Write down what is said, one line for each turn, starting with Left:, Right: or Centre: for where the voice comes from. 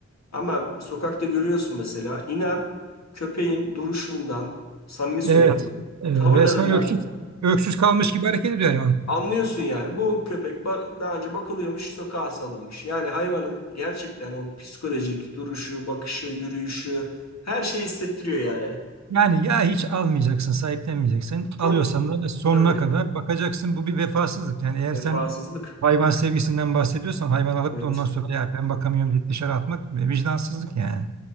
Left: Ama sokakta görüyorsun mesela inan köpeğin duruşundan, samimi söylüyorum,
Right: Evet e, resmen
Left: tavırlarından
Right: öksüz, öksüz kalmış gibi hareket ediyor hayvan.
Left: Anlıyorsun yani bu köpek ba- daha önce bakılıyormuş sokağa salınmış. Yani hayvanın gerçekten o psikolojik duruşu, bakışı, yürüyüşü her şeyi hissettiriyor yani.
Right: Yani ya hiç almayacaksın, sahiplenmeyeceksin.
Left: Çok
Right: Alıyorsan da sonuna
Left: tabii
Right: kadar bakacaksın. Bu bir vefasızlık. Yani eğer
Left: vefasızlık.
Right: sen hayvan sevgisinden bahsediyorsan hayvan alıp
Left: Evet.
Right: da ondan sonra ya ben bakamıyorum deyip dışarı atmak vicdansızlık yani.